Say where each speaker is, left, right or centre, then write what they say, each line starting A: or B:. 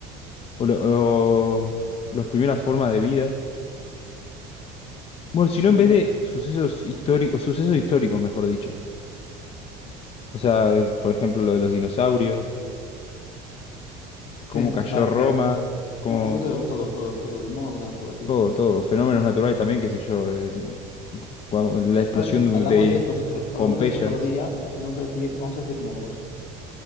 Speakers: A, on the left; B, on the left.
A: o, lo- o las primeras formas de vida. Bueno, sino
B: Sobre-
A: en vez de sucesos históricos, sucesos históricos, mejor dicho. O sea, eh, por ejemplo, lo de los dinosaurios, cómo
B: Sí,
A: cayó
B: vale,
A: Roma,
B: claro.
A: cómo
B: Bueno, eso es todo, todo, todo, vamos a contar todo aquí.
A: todo, todo, fenómenos naturales también, qué sé yo, eh, cuando- la explosión
B: A ver,
A: de,
B: hablamos
A: de
B: de estos otro, hablamos
A: Pompeya.
B: de esto otro día, así que vamos a decir, vamos a decir nuevos.